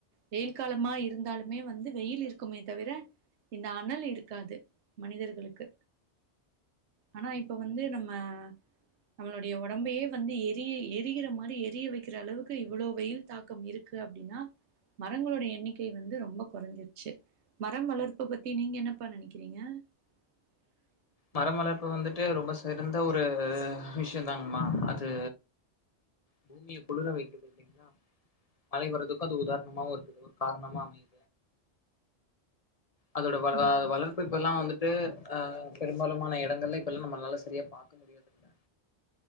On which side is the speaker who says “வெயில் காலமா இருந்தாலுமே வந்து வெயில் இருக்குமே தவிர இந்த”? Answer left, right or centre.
Right